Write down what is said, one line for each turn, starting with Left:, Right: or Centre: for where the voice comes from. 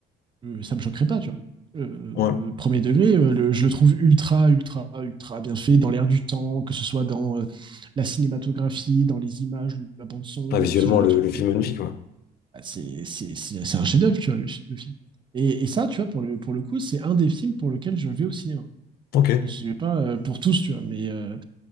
Right: euh, ça me choquerait pas, tu vois. Euh,
Left: Ouais.
Right: premier degré, euh, le- je le trouve ultra, ultra, ultra bien fait dans l'air du temps, que ce soit dans euh, la cinématographie, dans les images, la bande son,
Left: Ah, visuellement,
Right: euh, ce genre de
Left: le,
Right: truc.
Left: le film magnifique, ouais.
Right: Bah, c'est c'est- c'est- c'est un chef-d'œuvre, tu vois, le, le film. Et, et ça, tu vois, pour le, pour le coup, c'est un des films pour lequel je vais au cinéma.
Left: Ok.
Right: Je vais pas euh, pour tous, tu vois, mais euh,